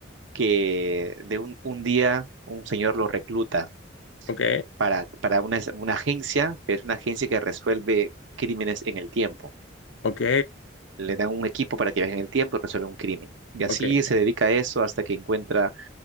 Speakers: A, on the right; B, on the left.
A: que de un, un día un señor lo recluta
B: ok,
A: para, para una, una agencia, pero es una agencia que resuelve crímenes en el tiempo.
B: ok,
A: Le dan un equipo para que viaje en el tiempo y resuelva un crimen. Y
B: ok,
A: así se dedica a eso hasta que encuentra